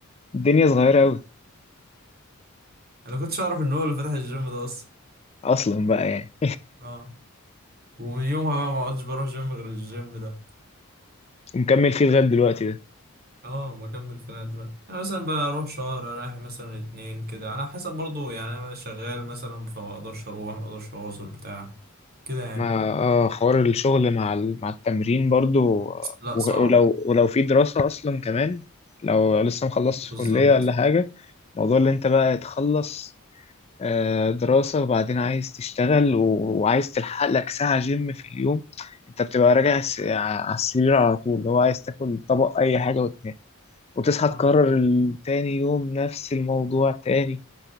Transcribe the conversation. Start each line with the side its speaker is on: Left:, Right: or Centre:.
Left: الدنيا صغيرة أوي
Right: انا كنتش اعرف ان هو اللي فتح الجيم ده اصلا
Left: أصلا بقى يعني
Right: اه ومن يومها بقى ما عدتش بروح جيم غير الجيم ده
Left: ومكمل فيه لغاية دلوقتي ده
Right: اه بكمل في النادي بقى انا مثلا بروح شهر رايح مثلا اتنين كده على حسب برضو يعني انا شغال مثلا فما اقدرش اروح ما اقدرش اواصل بتاع كده يعني
Left: مع اه حوار الشغل مع ال- مع التمرين برضو آه،
Right: لا
Left: وغ-
Right: صعب
Left: ولو ولو في دراسة أصلا كمان لو لسه مخلصتش
Right: بالظبط
Left: كلية ولا حاجة موضوع اللي أنت بقى تخلص آه، دراسة وبعدين عايز تشتغل و- وعايز تلحق لك ساعة جيم في اليوم أنت بتبقى راجع س- ع- على السرير على طول اللي هو عايز تاكل طبق أي حاجة وتنام وتصحى
Right: اه
Left: تكرر ال- تاني يوم نفس الموضوع تاني